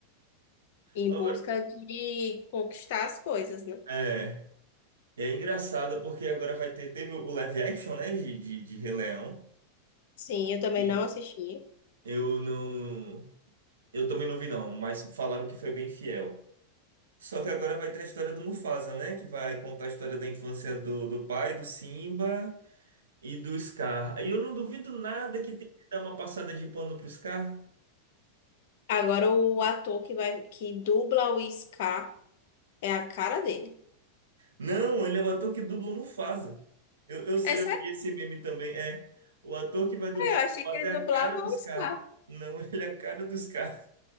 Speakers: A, on the left; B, on the right.
A: Em
B: Agora,
A: busca de conquistar as coisas, né?
B: É, é engraçado porque agora vai ter, teve o live action, né, de, de, de Rei Leão.
A: Sim, eu também
B: E
A: não assisti.
B: eu não. Eu também não vi, não, mas falaram que foi bem fiel. Só que agora vai ter a história do Mufasa, né? Que vai contar a história da infância do, do pai, do Simba e do Scar. E eu não duvido nada que tem que dar uma passada de pano pro Scar.
A: Agora o ator que vai que dubla o Scar é a cara dele.
B: Não, ele é o ator que dubla o Mufasa. Eu, eu, sei-
A: É
B: eu vi esse meme também. É, o ator que vai dublar
A: Eu achei
B: o Mufasa
A: que ele
B: é
A: dublava
B: a cara
A: o
B: do Scar.
A: Scar.
B: Não, <laughs> ele é a cara do Scar.